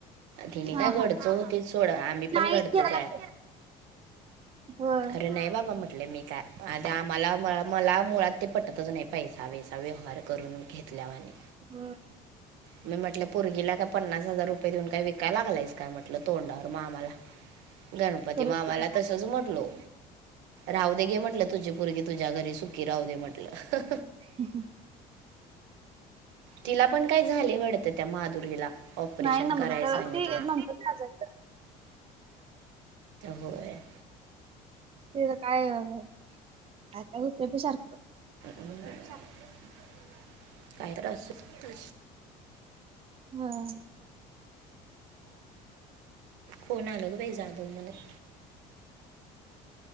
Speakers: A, on the right; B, on the right.
A: तिनी
B: हा
A: काय घडचं
B: हा
A: होतीत सोडं आम्ही पण
B: नाही
A: घडचंच
B: केला
A: हाय.
B: होय
A: खरं नाय बाप हो म्हटले मी काय ते आम्हाला मला मुळात ते पटतचं नाय पैसा बिसा व्यवहार करून घेतल्यावाणी.
B: होय.
A: मी म्हटलं पुरगीला का पन्नास हजार रुपये देऊन काय विकायला लागलायस का म्हटलं तोंडावर मामाला.
B: <inaudible>
A: गणपती
B: परत
A: मामाला
B: तिथं काय-
A: तसच म्हटलो. राहु दे गे म्हंटलं तुझी पुरगी तुझ्या घरी सुखी राहू दे म्हंटलं.
B: हा ना
A: तिला पण काय झालय वाडतं, त्या माधुरीला ऑपरेशन
B: नाई नम्रतला
A: करायला सांगितलं
B: ते नम्रता आजारी
A: होय.
B: तिज काय, काय काय होतंय बाई सारखं.
A: <unintelligible> काय तर असुदे
B: व्हय.
A: कोण आलं ग बाई, जाधव म्हणतं.